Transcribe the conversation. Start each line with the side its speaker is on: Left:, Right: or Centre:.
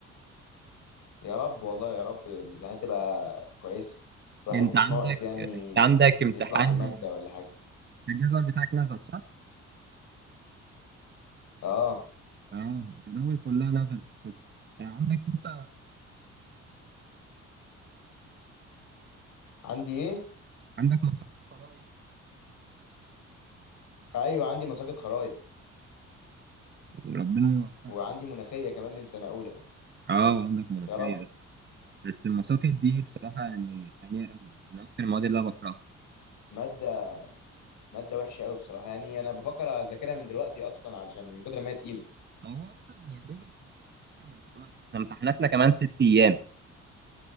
Left: يا رب والله يا رب الامتحانات تبقى كويسة الواحد
Right: انت
Left: مش
Right: عندك
Left: ناقص يعني
Right: انت عندك امتحان
Left: يطلع بمادة ولا حاجة
Right: الجدول بتاعك نزل صح؟
Left: اه
Right: اه الجدول كلها نزلت كده آه، عندك انت
Left: عندي ايه
Right: عندك مسابقه قرايه
Left: ايوه عندي مساقط خرايط
Right: ربنا يوفقك
Left: وعندي مناخية كمان من سنة اولى
Right: اه عندك مناقشه
Left: يا رب
Right: بس بس المساقط دي بصراحه يعني خانقه قوي من اكتر المواد اللي انا بكرهها
Left: مادة مادة وحشة قوي بصراحة يعني أنا بفكر أذاكرها من دلوقتي أصلا علشان من كتر ما هي تقيلة
Right: هو اصلا يا دوب انت لسه بتذاكر من دلوقتي احنا امتحاناتنا كمان ست ايام